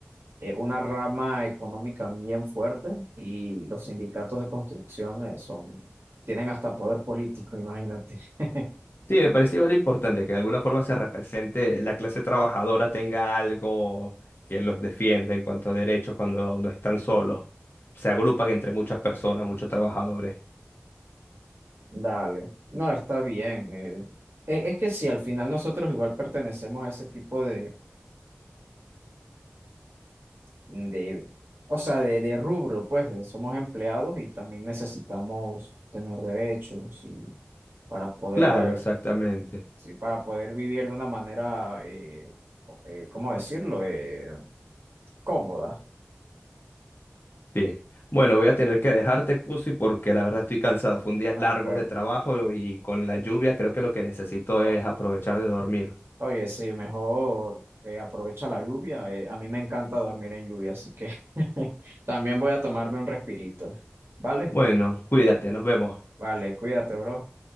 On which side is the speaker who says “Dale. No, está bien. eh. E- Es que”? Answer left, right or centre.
Right